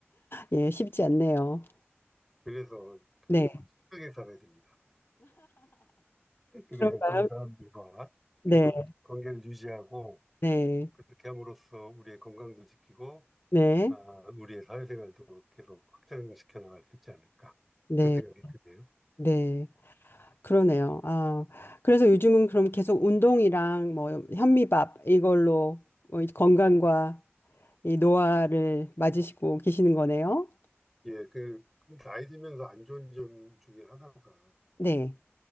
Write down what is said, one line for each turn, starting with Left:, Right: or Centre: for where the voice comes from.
Left: 예, 쉽지 않네요.
Centre: 그래서 그
Left: 네.
Centre: 착하게 살아야 됩니다. 그래서
Left: 그런가요?
Centre: 좋은 사람들과
Left: 네,
Centre: 계속 관계를 유지하고
Left: 네,
Centre: 그렇게 함으로써 우리의 건강도 지키고,
Left: 네,
Centre: 아, 우리의 사회생활도 계속 확장시켜 나갈 수 있지 않을까.
Left: 네,
Centre: 그런 생각이 드네요.
Left: 네. 그러네요. 아, 그래서 요즘은 그럼 계속 운동이랑 뭐 현미밥 이걸로 어, 이 건강과 이 노화를 맞으시고 계시는 거네요.
Centre: 예, 그, 그 나이 들면서 안 좋은 점 중에 하나가
Left: 네.